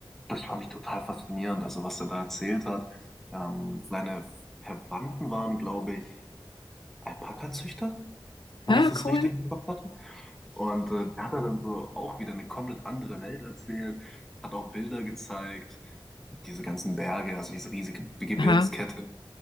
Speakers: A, in the centre; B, on the left (about 65°).
A: das fand ich total faszinierend, also was er da erzählt hat. Ähm, seine Verwandten waren, glaube ich, Alpaka-Züchter, wenn
B: Ja,
A: ich das
B: cool.
A: richtig im Kopf hatte. Und äh, der hat da dann so auch wieder eine komplett andere Welt erzählt, hat auch Bilder gezeigt, diese ganzen Berge, also diese riesige Gebirgskette
B: Aha.